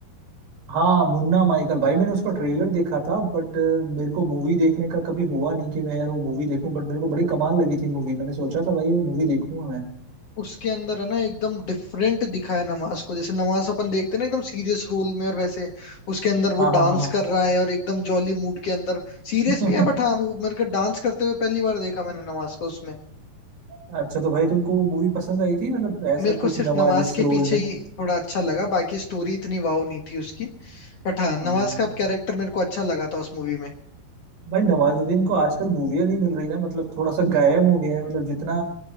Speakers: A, on the right (about 90°); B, on the left (about 50°).
A: हाँ मुन्ना माइकल भाई मैंने उसका ट्रेलर देखा था बट मेरे को मूवी देखने का कभी हुआ नहीं कि मैं यार वो मूवी देखूं बट मेरे को बड़ी कमाल लगी थी मूवी मैंने सोचा था भाई वो मूवी देखूंगा मैं
B: उसके अंदर है ना एकदम डिफरेंट दिखाया है नमाज को जैसे नमाज अपन देखते हैं ना एकदम सीरियस रोल में और वैसे उसके अंदर
A: हाँ
B: वो
A: हाँ
B: डांस
A: हाँ
B: कर रहा है और एकदम जॉली मूड के अंदर सीरियस
A: हाँ
B: भी है बट हाँ वो मेरे को डांस करते हुए पहली बार देखा मैंने नमाज को उसमें
A: <laughs> अच्छा तो भाई तुमको वो मूवी पसंद आई थी मतलब ऐसा
B: मेरे को
A: कुछ
B: सिर्फ
A: नवाजिश
B: नमाज के
A: रोल
B: पीछे
A: में
B: ही थोड़ा अच्छा लगा बाकी स्टोरी इतनी वाव नहीं थी उसकी बट हाँ नमाज
A: हाँ
B: का कैरेक्टर मेरे को अच्छा लगा था उस मूवी में
A: भाई नवाजुद्दीन को आजकल मूवियाँ नहीं मिल रही ना मतलब थोड़ा सा गायब हो गया है मतलब जितना